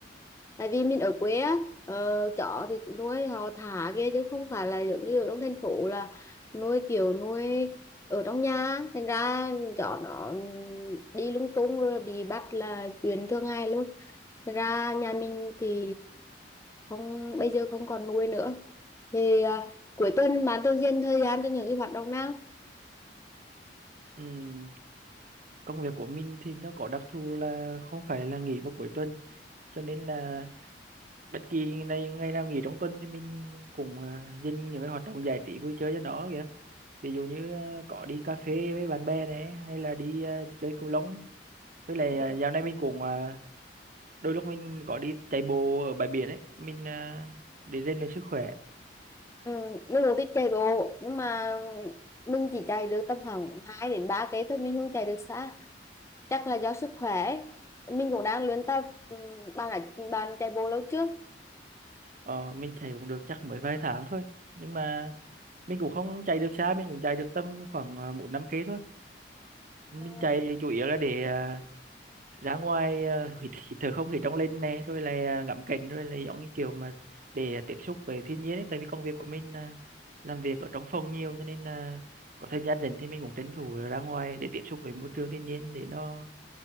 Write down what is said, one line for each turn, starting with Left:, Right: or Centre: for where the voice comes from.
Left: tại vì mình ở quê á ờ, chó thì nuôi họ thả kia chứ không phải là giống như ở trong thành phố là nuôi kiểu nuôi ở trong nhà thành ra chó nó đi lung tung rồi bị bắt là chuyện thường ngày luôn thành ra nhà mình thì không bây giờ không còn nuôi nữa thì à, cuối tuần bạn thường dành thời gian cho những cái hoạt động nào
Right: Ừm, công việc của mình thì nó có đặc thù là không phải là nghỉ vào cuối tuần cho nên là bất kỳ ngày ngày nào nghỉ trong tuần thì mình cũng à, dành những cái hoạt động giải trí vui chơi cho nó kìa ví dụ như à, có đi cà phê với bạn bè này hay là đi à, chơi cầu lông với lại
Left: ừ.
Right: à, dạo này mình cũng à, đôi lúc mình có đi chạy bộ ở bãi biển ấy mình à, để rèn luyện sức khỏe
Left: Ừ. mình cũng thích chạy bộ nhưng mà mình chỉ chạy được tầm khoảng 2 đến 3 cây thôi mình không chạy được xa chắc là do sức khỏe mình cũng đang luyện tập Ừ, bạn đã bạn chạy bộ lâu trước,
Right: ờ, mình chạy cũng được chắc mới vài tháng thôi nhưng mà mình cũng không chạy được xa mình cũng chạy được tầm khoảng à, bốn năm cây thôi mình
Left: ừ.
Right: chạy thì chủ yếu là để à, ra ngoài à, hít, hít thở không khí trong lành này rồi là à, ngắm cảnh rồi là giống như kiểu mà để tiếp xúc với thiên nhiên ấy. tại vì công việc của mình là làm việc ở trong phòng nhiều cho nên là có thời gian rảnh thì mình cũng tranh thủ là ra ngoài để tiếp xúc với môi trường thiên nhiên để nó